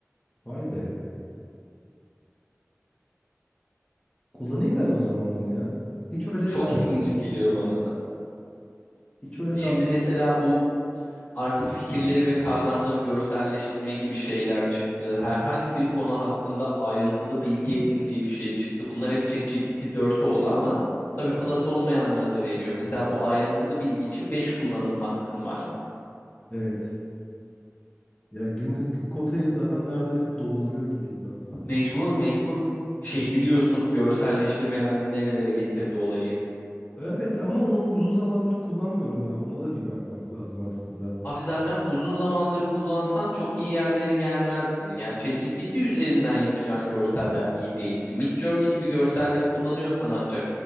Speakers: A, on the left (about 25°); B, on the left (about 40°).
A: Vay be. Kullanayım ben o zaman bunu ya. Hiç öyle
B: Çok
A: davranmadım.
B: ilginç geliyor bana da.
A: Hiç öyle
B: Şimdi
A: davran.
B: mesela bu artık fikirleri ve kavramları görselleştirme gibi şeyler çıktı. Herhangi bir konu hakkında ayrıntılı bilgi edin diye bir şey çıktı. Bunlar hep ChatGPT 4'e oldu ama tabii plus olmayanlara da veriyor. Mesela bu ayrıntılı bilgi için 5 kullanım hakkın var.
A: Evet. Ya günlük kotayı zaten neredeyse dolduruyor gibiyim ben.
B: Mecbur mecbur. Şeyi
A: Bir-
B: biliyorsun görselleştirmelerde nerelere getirdi olayı.
A: Evet ama onu uzun zamandır kullanmıyorum ben. Ona da bir bakmak lazım aslında.
B: Abi zaten uzun zamandır kullansan çok iyi yerlere gelmezdin. Yani ChatGPT üzerinden yapacağın görseller iyi değildi. Midjourney gibi görselleri kullanıyorsan ancak